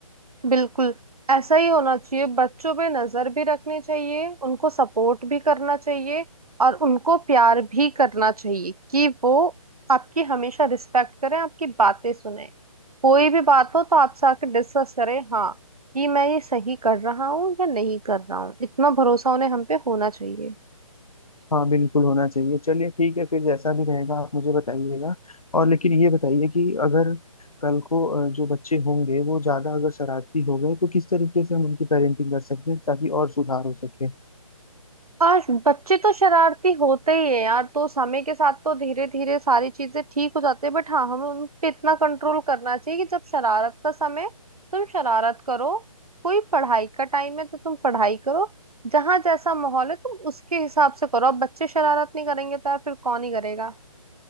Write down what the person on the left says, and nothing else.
हाँ बिल्कुल होना चाहिए चलिए ठीक है फिर जैसा भी रहेगा आप मुझे बताइएगा और लेकिन ये बताइए कि अगर कल को अ, जो बच्चे होंगे वो ज्यादा अगर शरारती हो गए तो किस तरीके से हम उनकी पेरेंटिंग कर सकते हैं ताकि और सुधार हो सके